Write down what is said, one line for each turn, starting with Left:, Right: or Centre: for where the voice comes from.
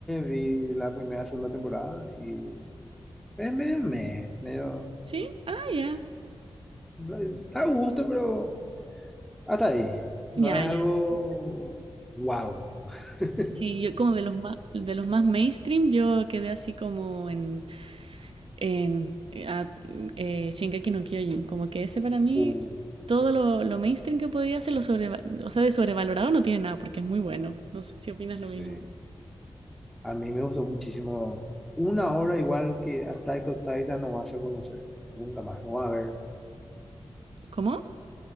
Centre: vi la primera, segunda temporada y es medio meh, medio...
Right: ¿Sí? Ah, ya.
Centre: eh, Está a gusto, pero... Hasta ahí. No
Right: Ya,
Centre: es
Right: ya.
Centre: algo wow. <laughs>
Right: Sí, yo como de los más, de los más mainstream, yo quedé así como en en eh, a- eh, Shingeki no Kyojin. Como que ese para mí,
Centre: Uh,
Right: todo lo, lo mainstream que podía hacer, lo sobreva- o sea, de sobrevalorado no tiene nada porque es muy bueno. No sé si opinas
Centre: sí.
Right: lo mismo.
Centre: A mí me gustó muchísimo. Una obra igual que Attack on Titan no vas a conocer. Nunca más. No va a haber.
Right: ¿Cómo?